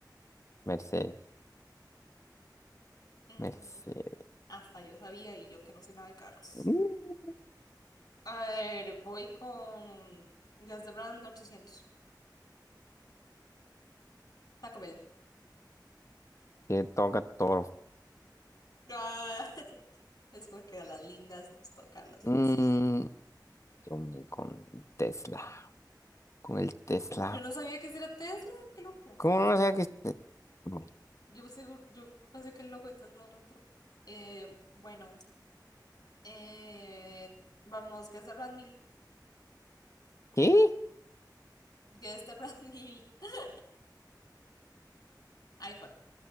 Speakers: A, on the left; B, on the left.
A: Mercedes.
B: Ujú.
A: Mercedes.
B: Hasta yo sabía y yo que no sé nada de carros.
A: Mm,
B: A ver, voy con Gas de Brand 800 Taco Bell.
A: Que toca todo
B: Ah, <laughs> Es porque a las lindas nos tocan las
A: Mm,
B: fáciles.
A: yo me con el Tesla. Con el Tesla.
B: Yo no sabía que ese era Tesla, qué loco.
A: ¿Cómo no sé que este- Bueno,
B: Yo seguro, yo pensé que el loco de Tesla era otro. Eh, bueno, eh, vamos, Guess the brand mil.
A: ¿Qué?
B: Guess the brand mil. <laughs> iPhone.